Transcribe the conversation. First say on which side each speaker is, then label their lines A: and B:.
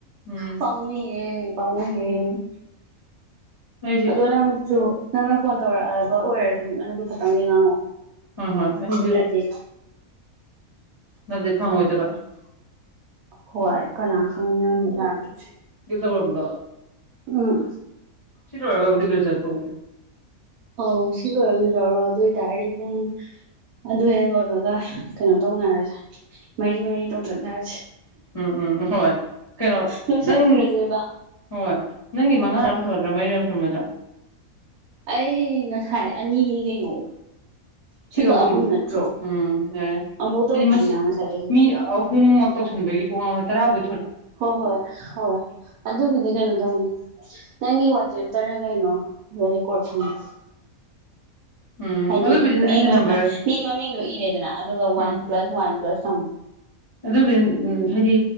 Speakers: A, on the right; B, on the right.
A: ꯎꯝ
B: ꯄꯥꯝꯃꯨꯏ ꯌꯦ ꯄꯥꯝꯃꯨꯏꯌꯦ꯫
A: ꯑꯩꯁꯦ
B: ꯑꯗꯣ ꯅꯪꯁꯨ ꯅꯪꯅ ꯐꯣꯟ ꯇꯧꯔꯛꯑꯕ ꯑꯣꯏꯔꯁꯨ ꯅꯪꯁꯨ ꯈꯇꯪꯗꯤ ꯉꯥꯡꯉꯛꯑꯣ꯫
A: ꯍꯣꯏ ꯍꯣꯏ ꯑꯩꯁꯨ
B: ꯅꯠꯇꯔ꯭ꯗꯤ꯫
A: ꯅꯗꯤ ꯐꯪꯉꯣꯏꯗꯕ꯫
B: ꯍꯣꯏ ꯀꯅꯥ ꯈꯪꯅꯤ ꯅꯪꯁꯨ ꯑꯃꯨꯛ ꯌꯥꯔꯛꯇꯔ꯭ꯗꯤ꯫
A: ꯇꯣꯔꯃꯕ꯫
B: ꯑꯝ꯫
A: ꯁꯤ ꯂꯣꯏꯔꯒꯕꯨꯗꯤ ꯂꯨꯖ ꯊꯣꯛꯎꯒꯦ꯫
B: ꯑꯧ ꯁꯤ ꯂꯣꯏꯔ ꯂꯨꯖꯧꯔꯨꯔꯣ ꯑꯗꯣꯏꯇꯥꯔꯗꯤ ꯄꯨꯡ ꯑꯗꯨ ꯍꯦꯛ ꯂꯣꯏꯕꯒ꯫ ꯀꯩꯅꯣ ꯇꯧꯅꯔꯁꯦ ꯃꯔꯤ ꯃꯔꯤ ꯇꯧꯊꯠꯅꯔꯁꯦ꯫
A: ꯎꯝ ꯎꯝ ꯍꯣꯏ ꯀꯩꯅꯣ
B: ꯂꯣꯏꯁꯤꯟꯈ꯭ꯔꯁꯦꯕ
A: ꯅꯪ꯫ ꯍꯣꯏ ꯅꯪꯒꯤ ꯃꯉꯥꯔꯛ ꯁꯨꯨꯔꯒꯗ꯭ꯔꯥ ꯃꯔꯤꯔꯛ ꯁꯨꯔꯝꯃꯗ꯭ꯔꯥ꯫
B: ꯑꯩ ꯉꯁꯥꯏ ꯑꯅꯤ ꯀꯩꯅꯣ꯫
A: <inaudible> ꯁꯤꯖꯨ
B: ꯁꯤꯒ
A: ꯑꯍꯨꯝ
B: ꯅꯠꯇ꯭ꯔꯣ
A: ꯎꯝ ꯌꯥꯔꯦ ꯌꯥꯔꯦ
B: ꯑꯃꯨꯐꯥꯎ ꯇꯧꯗ꯭ꯔꯤꯅ
A: ꯍꯥꯏꯗꯤ ꯃꯁ
B: ꯉꯁꯥꯏꯗꯒꯤ
A: ꯃꯤ ꯑꯍꯨꯝ ꯃꯛ ꯇꯧꯁꯤꯟꯕꯒꯤ ꯀꯣꯛ ꯉꯧꯔꯦ ꯇꯔꯥꯕꯨ
B: ꯍꯣꯏ ꯍꯣꯏ ꯍꯣꯏ ꯑꯗꯨꯕꯨꯗꯤ ꯀꯩꯅꯣ ꯇꯧꯅꯤ꯫ ꯅꯪꯒꯤ ꯋꯥꯆꯦꯞꯇꯔ ꯀꯩꯅꯣ ꯔꯦꯀꯣꯔꯠ ꯊꯝꯃꯨ꯫
A: ꯎꯝ꯫
B: ꯍꯥꯏꯗꯤ
A: ꯑꯗꯨꯕꯨꯗꯤ
B: ꯃꯤ
A: ꯑꯩꯅ ꯅꯝꯕꯔ
B: ꯃꯃꯤꯡꯗꯣ ꯏꯔꯦꯗꯅ ꯑꯗꯨꯒ ꯋꯥꯟ
A: ꯎꯝ
B: ꯄ꯭ꯂꯁ ꯋꯥꯟ ꯄ꯭ꯂꯁ ꯊꯝꯃꯨ꯫
A: ꯑꯗꯨꯕꯨꯗꯤ ꯎꯝ ꯍꯥꯏꯗꯤ